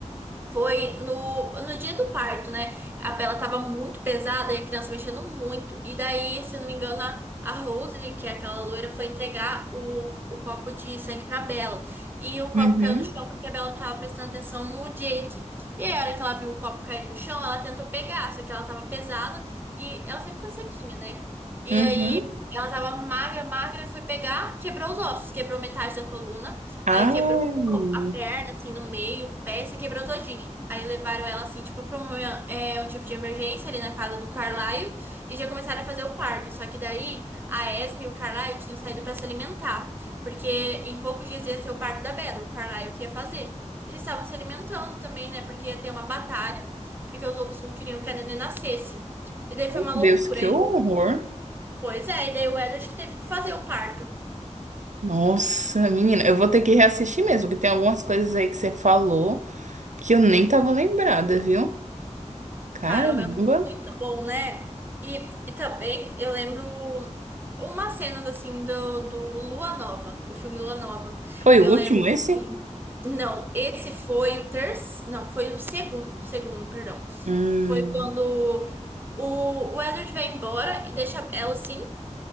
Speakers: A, on the right; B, on the right.
A: Foi no, no dia do parto, né? A Bela tava muito pesada e a criança mexendo muito. E daí, se eu não me engano, a, a Rose, que é aquela loira, foi entregar o, o copo de sangue pra Bela. E o copo
B: Uhum,
A: caiu no chão porque a Bela tava prestando atenção no Jake. E aí, a hora que ela viu o copo cair no chão, ela tentou pegar, só que ela tava pesada e ela sempre foi sequinha, né? E
B: uhum.
A: aí, ela tava magra, magra, foi pegar, quebrou os ossos, quebrou metade da coluna.
B: Ai,
A: Aí quebrou
B: meu
A: a perna, assim, no meio, o pé, se quebrou todinha. Aí levaram ela, assim, tipo, pra um, é, um tipo de emergência ali na casa do Carlaio e já começaram a fazer o parto. Só que daí a Esme e o Carlaio tinham saído pra se alimentar, porque em poucos dias ia ser o parto da Bela, o Carlaio que ia fazer. Eles estavam se alimentando também, né, porque ia ter uma batalha, porque os lobos não queriam que a neném nascesse. E daí foi uma
B: Deus,
A: loucura.
B: que
A: E,
B: horror.
A: pois é, e daí o Edward que teve que fazer o parto.
B: Nossa, menina, eu vou ter que reassistir mesmo, que tem algumas coisas aí que você falou que eu nem tava lembrada, viu? Caramba.
A: Caramba, é muito bom, né? E, e também eu lembro umas cenas assim do, do Lua Nova, o filme Lua Nova.
B: Foi
A: Eu
B: o
A: lembro
B: último esse?
A: que. Não, esse foi o terceiro. Não, foi o segundo, segundo, perdão.
B: Hum,
A: Foi quando o, o Edward vai embora e deixa ela assim.